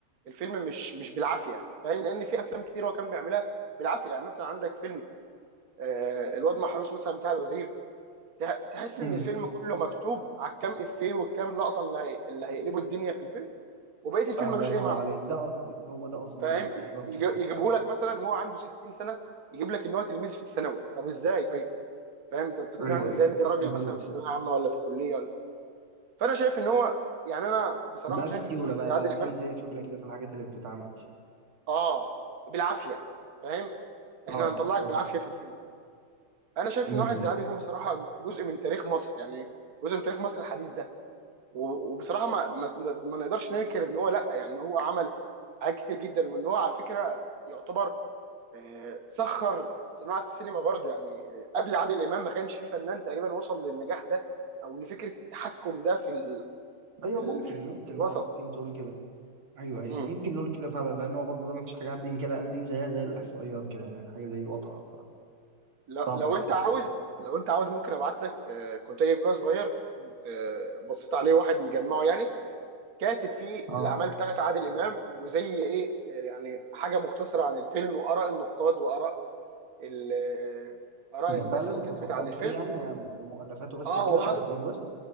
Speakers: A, on the right; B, on the right.
A: الفيلم مش مش بالعافيه فاهم لان في افلام كتير هو كان بيعملها بالعافيه يعني مثلا عندك فيلم آه الواد محروس مثلا بتاع الوزير ته- تحس
B: مم.
A: ان الفيلم كله مكتوب على الكام افيه والكام لقطه اللي هي... اللي هيقلبوا الدنيا في الفيلم وبقيه الفيلم
B: الله
A: ملوش
B: ينور
A: اي معنى
B: عليك ده قصدي هو ده قصدي
A: فاهم
B: بقى بالظبط كده
A: يجيبه
B: ده قصدي
A: لك مثلا هو عنده 60 سنه يجيب لك ان هو تلميذ في الثانوي طب ازاي طيب فاهم انت بتقنعني
B: ايوه
A: ازاي
B: ايوه
A: ان ده راجل
B: هو ده
A: مثلا
B: اللي اقصده
A: في ثانويه عامه ولا في كليه ولا فانا شايف ان هو يعني انا بصراحه
B: بقى
A: شايف
B: في سيوله
A: ان واحد
B: بقى
A: زي عادل
B: بقى
A: امام
B: في زي سيوله كده في الحاجات اللي بتتعمل
A: اه بالعافيه فاهم احنا
B: اه
A: هنطلعك
B: بالظبط
A: بالعافيه في الفيلم انا شايف
B: امم
A: ان واحد
B: إمم.
A: زي عادل امام بصراحه جزء من تاريخ مصر يعني جزء من تاريخ مصر الحديث ده و- وبصراحه ما ما, ما نقدرش ننكر ان هو لا يعني إن هو عمل حاجات كتير جدا وان هو على فكره يعتبر آه، سخر صناعه السينما برضو يعني آه، قبل عادل امام ما كانش في فنان تقريبا وصل للنجاح ده او لفكره التحكم ده في ال
B: ايوه
A: في ال
B: ممكن
A: في, ال
B: ممكن
A: في الوسط
B: اه ممكن تقول كده ايوه ايوه
A: مم.
B: ممكن نقول كده فعلا لان هو برضه ده ما فيش حاجه حد ينكرها ان دي زيها زي الاحصائيات كده يعني حاجه زي واضحه
A: لو,
B: صعب
A: لو انت
B: ت-
A: عاوز
B: تبقى
A: لو انت عاوز ممكن ابعت لك آه، كنت جايب كده صغير كنت آه، بصيت عليه واحد مجمعه يعني كاتب فيه
B: اه
A: الاعمال بتاعت عادل امام وزي ايه آه، يعني حاجه مختصره عن الفيلم واراء النقاد واراء ال- آه، اراء
B: ده
A: الناس
B: فعلا
A: اللي كتبت
B: هو خاص
A: عن الفيلم
B: بيه يعني بمؤلفاته بس
A: اه
B: وكده
A: وحاطط
B: افلامه بس